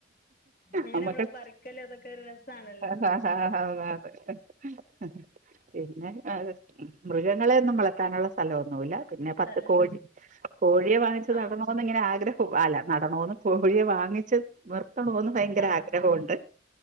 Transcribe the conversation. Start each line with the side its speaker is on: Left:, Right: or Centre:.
Left: അങ്ങനെ
Right: നമ്മക്ക്
Left: നമ്മള് പറിക്കല് അതൊക്കെ ഒരു രസാണല്ലോ
Right: അതെ അതെ. <unintelligible> പിന്നെ <unintelligible> മൃഗങ്ങളേന്നും വളർത്താനുള്ള സ്ഥ സ്ഥലൊന്നുല്ല പിന്നെ
Left: സ്ഥലം
Right: പത്ത് കോഴി കോഴിയേ വാങ്ങിച്ചത്
Left: ആ
Right: നടണോ പ്പന്നുംങ്ങനെ ആഗ്രഹും അല്ല നടന്നോന്ന് പൂവകോഴിയെ വാങ്ങിച്ച് വർത്തണോന്ന് ഭയങ്കര
Left: ആ
Right: ആഗ്രഹോണ്ട്